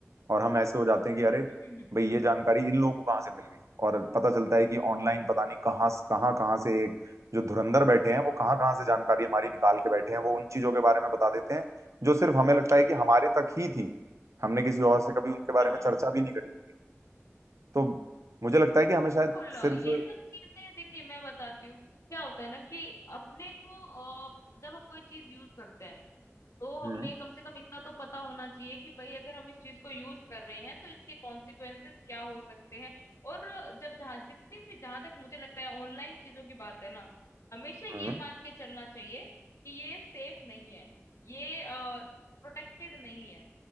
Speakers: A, on the right; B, on the left.
A: और हम ऐसे हो जाते हैं कि अरे
B: हम्म हम्म, हम्म,
A: भाई ये जानकारी इन लोगों को कहाँ से मिल गई और पता चलता है कि ऑनलाइन पता नहीं कहाँ कहाँ कहाँ से एक जो धुरंधर बैठे हैं वो कहाँ कहाँ से जानकारी हमारी निकाल के बैठे हैं वो उन चीजों के बारे में बता देते हैं जो सिर्फ हमें लगता है कि हमारे तक ही थी हमने किसी और से कभी उनके बारे
B: हाँ
A: में
B: हाँ
A: चर्चा
B: हाँ
A: भी नहीं करी तो मुझे लगता है कि हमें शायद
B: बिल्कुल
A: सिर्फ
B: ये सब चीजें देखिए मैं बताती हूँ क्या होता है ना कि अपने को अ, जब हम कोई चीज यूज करते हैं तो
A: हम्म
B: हमें कम से कम इतना तो पता होना चाहिए कि भाई अगर हम इस चीज को यूज कर रहे हैं तो इसके कॉन्सिक्वेंसेस क्या हो सकते हैं और जब जहां जितनी भी जहां तक मुझे लगता है ऑनलाइन चीजों की बात है ना हमेशा ये
A: हम्म
B: मान के चलना चाहिए कि ये सेफ नहीं है ये प्रोटेक्टेड नहीं है